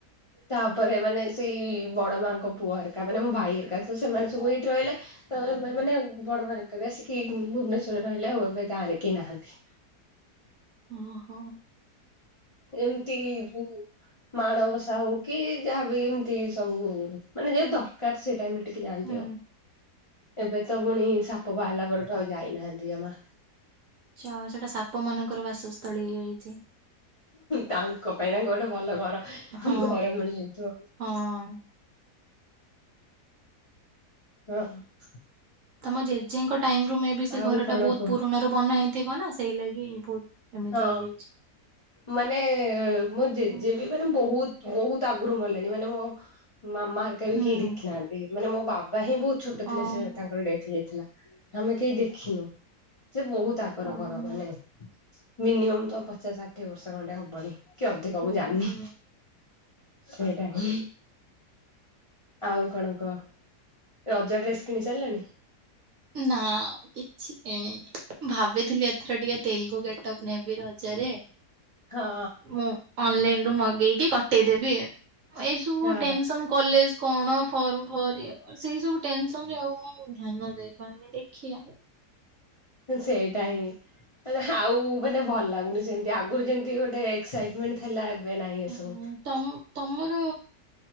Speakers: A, on the left (about 45°); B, on the right (about 65°).
A: ତାପରେ ମାନେ ସେଇ ବଡ ମାଙ୍କ ପୁଅ ହେରକା ମାନେ ମୋ ଭାଇ ହେରକା ତ ସେମାନେ ସବୁ ଏଇଠି ରହିଲେ। ତ ମାନେ ବଡ ଭା ତେବେ ଆସିକି ଭୁ ଭୁବନେଶ୍ଵରରେ ରହିଲେ ଆଉ ଏବେ ଗାଁ ରେ କେହି ନାହାଁନ୍ତି।
B: ଓହୋ।
A: ଏମିତି ଯୋଉ ମାଣବସା ହଉ କି ଯାହାବି ଏମିତି ସବୁ ମାନେ ଯେ ଦରକାର ସେଇଟା ମିଳ ଟିକେ ଯାଆନ୍ତି
B: ହୁଁ
A: ଆଉ ଏବେ ତ
B: ହୁଁ। ଆଚ୍ଛା
A: ପୁଣି ସାପ ବାହାରିଲା ପର ତ ଯାଇନାହାନ୍ତି ଯମା।
B: ଆଚ୍ଛା ଆଉ ସେଟା ସାପ ମାନଙ୍କର ବାସସ୍ଥଳୀ ହେଇଯାଇଛି।
A: ତାଙ୍କ ପାଇଁ ନା ଗୋଟେ ଭଲ ଘର।
B: ହଁ
A: ଆମ ଘର ମିଳିଯାଇଥିବ।
B: ହଁ।
A: ଓ, ଥ
B: ତୋମ ଜେଜେଙ୍କ ଟାଇମ୍ ରୁ ମେ ବି ସେ
A: ଆଉ
B: ଘର
A: କଣ
B: ଟା ବହୁତ
A: କୁହ?
B: ପୁରୁଣ ର ବନା ହେଇ ଥିବ ନା ସେଇ ଲାଗି ବହୁତ ଏମିତି
A: ହଁ
B: ହେଇଯାଇଛି
A: ମାନେ ମୁଁ ଜେଜେ
B: ହୁଁ
A: ବି ମାନେ ବହୁତ ବହୁତ ଆ ଗରୁ ମଲେଣି ମାନେ ମୋ ମାମା ହେରକା ବି
B: ହୁଁ।
A: କେହି ଦେଖି ନାହାଁନ୍ତି, ମାନେ ମୋ ବାବା ହିଁ ବହୁତ ଛୋଟ ଥିଲେ
B: ଓହୋ।
A: ସେ ତାଙ୍କର ଡେଥ୍ ହେଇଯାଇଥିଲା। ଆମେ କେହି ଦେଖିନୁ। ସେ ବହୁତ ଆଗର
B: ଓହୋ
A: ଘର ମାନେ ହଁ। ମିନିମମ୍ ତ ପଚା ଷାଠିଏ ବର୍ଷ ଖଣ୍ଡେ ହବଣି। କି ଅଧିକ ମୁଁ ଜାଣିନି।
B: ହୁଁ ହୁଁ
A: ସେଇଟା ହିଁ ଆଉ କଣ କହ? ରଜ ଡ୍ରେସ୍ କିଣି ସାରିଲଣି?
B: ନା କିଛି କିଣିନି। ଭାବିଥିଲି ଏଥର ଟିକେ ତେଲୁଗୁ ଗେଟପ ନେବି ରଜରେ।
A: ହଁ
B: ମୁଁ ଅନଲାଇନ ରୁ ମଗେଇକି କ ଟେଇ ଦେବି ଏଇ ସବୁ
A: ହଁ
B: ଟେନସନ କଲେଜ କଣ ଫର୍ମ ଭରିଆ। ସେଇ ସବୁ ଟେନସନ ରେ ଆଉ ମୁଁ ଧ୍ୟାନ ଦେଇ ଦେଇ ପାରିନି ଦେଖିଆ।
A: ସେଇଟା ହିଁ ମେ ଆଉ ମାନେ ଭଲ ଲାଗୁନି ସେମତି ଆଗରୁ ଯେମିତି ଗୋଟେ ଏକ୍ସାଇଟମେଣ୍ଟ ଥିଲା। ଏବେ ନାହିଁ ଏସବୁ
B: ହ ତମ ତମର